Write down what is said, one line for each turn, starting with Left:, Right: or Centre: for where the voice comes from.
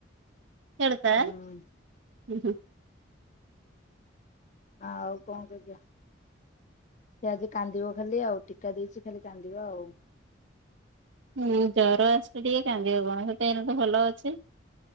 Right: କେଳତା
Left: ହୁଁ
Right: ହୁଁ ହୁଁ
Left: ହଁ ଆଉ କଣ କରିଆ ସେ ଆଜି କାନ୍ଦିବ ଖାଲି ଆଉ ଟୀକା ଦେଇଛି ଖାଲି କାନ୍ଦିବା ଆଉ
Right: ହୁଁ ଜର ଆସିଲେ ଟିକେ କାନ୍ଦିବ କଣ ତ ଏଇଲେ ତ ଭଲ ଅଛି।